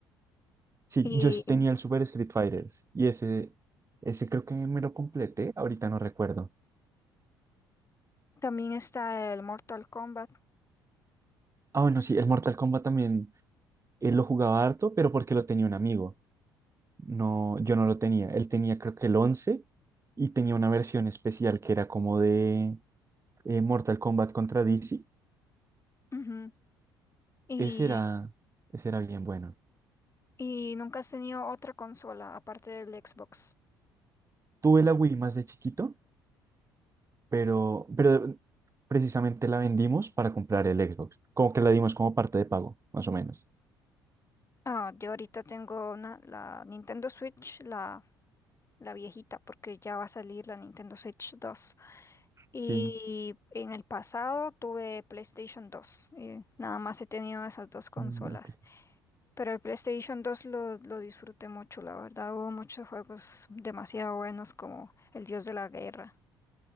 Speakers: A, on the right (about 25°); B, on the left (about 25°).
A: Sí,
B: Y
A: yo sí tenía el Super Street Fighters y ese, ese creo que me lo completé, ahorita no recuerdo.
B: también está el Mortal Kombat.
A: Ah, bueno, sí, el Mortal Kombat también, él lo jugaba harto, pero porque lo tenía un amigo. No, yo no lo tenía. Él tenía creo que el 11 y tenía una versión especial que era como de eh, Mortal Kombat contra DC.
B: ujú. Y,
A: Ese era, ese era bien bueno.
B: y nunca has tenido otra consola aparte del Xbox.
A: Tuve la Wii más de chiquito, pero, pero precisamente la vendimos para comprar el Xbox. Como que la dimos como parte de pago, más o menos.
B: Ah, yo ahorita tengo una, la Nintendo Switch, la, la viejita, porque ya va a salir la Nintendo Switch 2. Y
A: Sí.
B: en el pasado tuve PlayStation dos. y nada más he tenido esas dos consolas.
A: mm, ok.
B: Pero el PlayStation 2 lo, lo disfruté mucho, la verdad. Hubo muchos juegos demasiado buenos como El Dios de la Guerra.